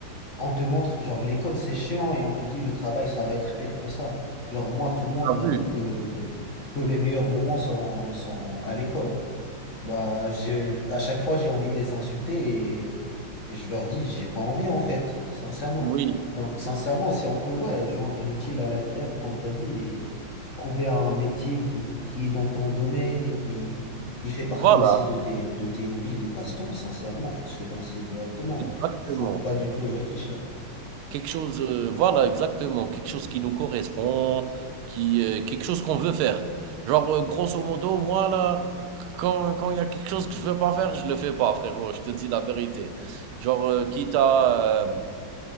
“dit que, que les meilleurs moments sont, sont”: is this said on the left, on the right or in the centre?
Left